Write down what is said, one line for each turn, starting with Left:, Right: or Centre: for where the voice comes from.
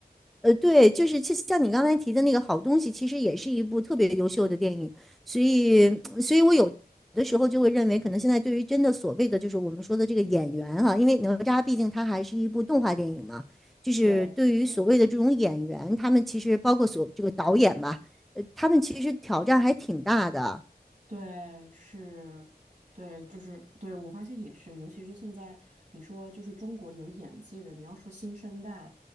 Centre: 呃，对，就是其实像你刚才提的那个好东西，其实也是一部特别优秀的电影，所以，所以我有的时候就会认为，可能现在对于真的所谓的就是我们说的这个演员哈、啊因为哪吒毕竟它还是一部动画电影嘛，就是对于所谓的这种演员，
Right: 对，
Centre: 他们其实包括所这个导演吧，呃，他们其实挑战还挺大的，
Right: 对，是，对，就是对，我发现也是，尤其是现在你说就是中国有演技的，你要说新生代